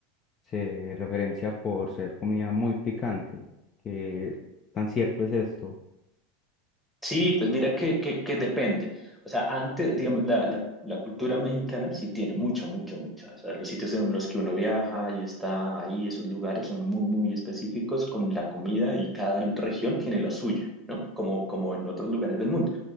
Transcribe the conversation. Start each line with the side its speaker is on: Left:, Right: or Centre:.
Left: se referencia por ser comida muy picante. ¿Qué tan cierto es esto?
Centre: Sí, pues mira que, que, que depende. O sea, antes, digamos, la, la, la cultura mexicana sí tiene mucha, mucha, mucha. O sea, los sitios en los que uno viaja y está ahí, esos lugares son muy, muy específicos con la comida y cada región tiene la suya, ¿no? Como, como en otros lugares del mundo.